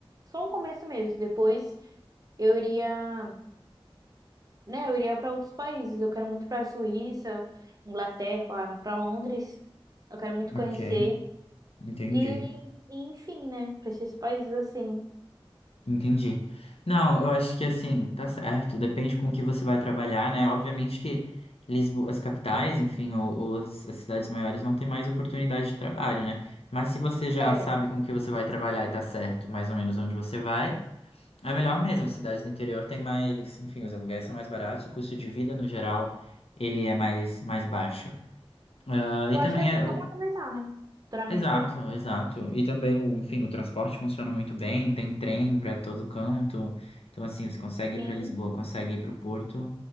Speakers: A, on the right (about 40°); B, on the left (about 80°).
A: só um começo mesmo. Depois eu iria, né, eu iria para outros países. Eu quero muito para a Suíça, Inglaterra, para Londres. Eu quero muito
B: Ok,
A: conhecer
B: entendi.
A: e, e, enfim, né, para esses países assim.
B: Entendi. Não, eu acho que assim, tá certo, depende com o que você vai trabalhar, né? Obviamente que Lisboa, as capitais, enfim, ou, ou as as cidades maiores vão ter mais oportunidade de trabalho, né? Mas se você já
A: É.
B: sabe com o que você vai trabalhar e tá certo mais ou menos onde você vai. É melhor mesmo, as cidades do interior têm mais, enfim, os aluguéis são mais baratos, o custo de vida no geral ele é mais, mais baixo. Ah, e
A: Eu acho
B: também
A: que assim
B: é
A: só
B: o...
A: para começar, né? Futuramente
B: Exato,
A: eu
B: exato. E também, o, enfim, o transporte funciona muito bem, tem trem para todo canto. Então, assim, você consegue
A: sim,
B: ir para Lisboa, consegue ir para o Porto,